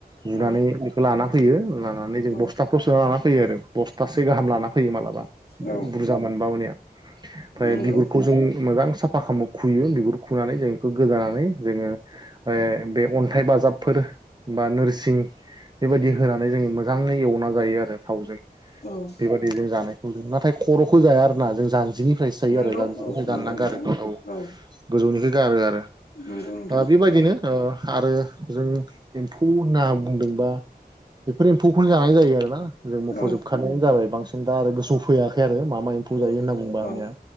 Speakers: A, on the right; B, on the left.
A: बुनानै
B: औ
A: लाना फैयो लानानै जों
B: औ
A: बस्थाफ्रोराव सोनालाना फैयो आरो बस्थासे गाहाम लाना फैयो मालाबा
B: औ
A: बुरजा मोनबा हनिया ओमफ्राय
B: नंगौ
A: बिगुरखौ जों मोजां साफा खालामो खुयो बिगुर खुनानै जों गोदानानै जोङो बे अन्थाइ बाजाबफोर बा नोरसिं बेबायदि होनानै जोङो मोजाङै एवना जायो आरो थावजों
B: औ
A: बेबायदि जों जानायखौ जों नाथाय खर'खौ जाया आरोना जों जानजिनि प्राइस जायो
B: नंगौ
A: आरो दानजिनिफ्राय
B: औ
A: दानना
B: नंगौ नोंथां
A: गारो गोथाव
B: औ
A: गोजौनिख गारो आरो
B: नंगौ नोंथां
A: ओ बिबायदिनो
B: औ
A: ओ आरो जों एम्फौ होनना बुंदोंबा बेफोर एम्फौखौनो जानाय जायो आरोना जों मख'जोबखानाय
B: औ
A: जाबाय बांसिन दा आरो गोसो फैयाखै आरो मा मा एम्फौ
B: ओ
A: जायो होनना बुंबा आंनिया
B: औ